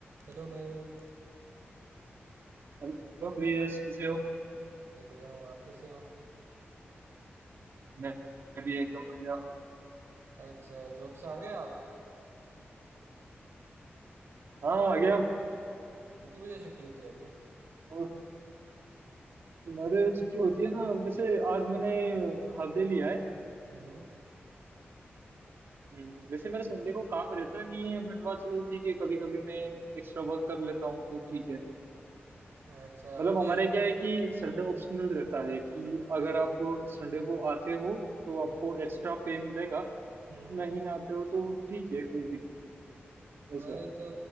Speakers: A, on the right; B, on the right.
A: Hello Mayur
B: Hello Priyesh कैसे हो
A: मैं बढ़िया हूँ आप कैसे हो
B: मैं मैं भी एकदम बढ़िया
A: अच्छा जॉब से आ गए आप
B: हाँ आ गया
A: कितनी बजे छुट्टी होती है आपके
B: और मेरे छुट्टी होती है ना वैसे आज मैंने हाफ डे लिया है
A: हम्म
B: हम्म, वैसे मेरे संडे को काम रहता नहीं है बट वाह चलो ठीक है कभी कभी मैं एक्स्ट्रा वर्क कर लेता हूँ तो ठीक है
A: अच्छा
B: मतलब
A: आपके
B: हमारे क्या है कि संडे ऑप्शनल रहता है कि अगर आप संडे को आते हो तो आपको
A: हम्म
B: एक्स्ट्रा पे मिलेगा
A: हम्म
B: नहीं आते हो तो ठीक है कोई दिक्कत नहीं,
A: हमारे
B: ऐसा
A: तो